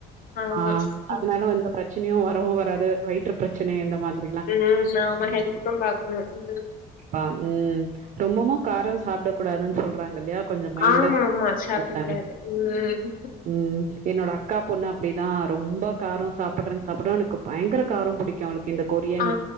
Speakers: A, on the left; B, on the right.
A: ஆமா
B: ஆ அதனால எந்த ப்ரெ ப்ரெச்சனியு வரவு வராது வயிற்று ப்ரெச்சன அந்த மாதிரி
A: ம் சோ நாம ஹெல்த்தும் பாக்கணு ம்
B: ப் ம் ரொம்பமு கார சாப்ட கூடாதுன் சொல் றாங்கில்லயா கொஞ்சம் மைல்டா
A: ஆமா
B: சாப்ட்டா
A: ஆமா சாப்ட
B: நல்லதுதானே
A: கூடாது ம்
B: ம் என்னோட அக்கா பொண்ணு அப்டிதா ரொம்ப காரோ சாப்புட்றன் சாப்புறா எனக்கு பயங்கர காரம் புடிக் கு அவளுக்கு இந்த கொரியன்
A: ஆ